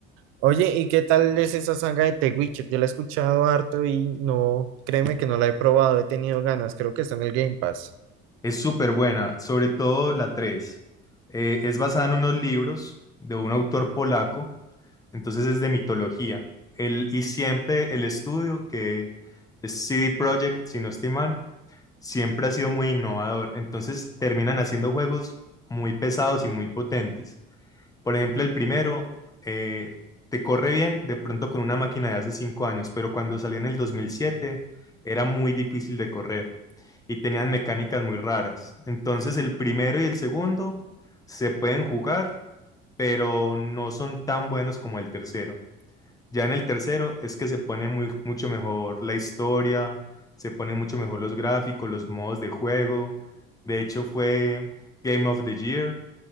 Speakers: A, on the right; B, on the left.
A: Oye, ¿y qué tal es esa saga de The Witcher? Yo la he escuchado harto y no, créeme que no la he probado, he tenido ganas, creo que está en el Game Pass.
B: Es súper buena, sobre todo la 3. es basada en unos libros de un autor polaco, entonces es de mitología. El, y siempre el estudio, que es CD Projekt, si no estoy mal, siempre ha sido muy innovador. Entonces terminan haciendo juegos muy pesados y muy potentes. Por ejemplo, el primero eh, te corre bien de pronto con una máquina de hace cinco años, pero cuando salió en el 2007 era muy difícil de correr y tenían mecánicas muy raras. Entonces el primero y el segundo se pueden jugar, pero no son tan buenos como el tercero. Ya en el tercero es que se pone muy, mucho mejor la historia, se ponen mucho mejor los gráficos, los modos de juego. De hecho fue Game of the Year